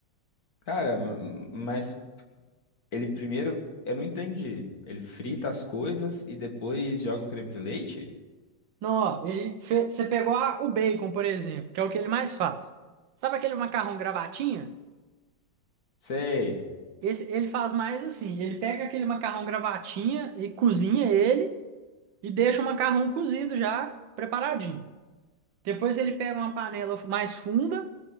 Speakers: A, on the left; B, on the right.
A: Cara, m- m- mas Ele primeiro, eu não entendi. Ele frita as coisas e depois joga o creme de leite?
B: Não, ó, ele fe- você pegou a- o bacon, por exemplo, que é o que ele mais faz. Sabe aquele macarrão gravatinha?
A: Sei.
B: Esse, ele faz mais assim, ele pega aquele macarrão gravatinha e cozinha ele e deixa o macarrão cozido já preparadinho. Depois ele pega uma panela mais funda,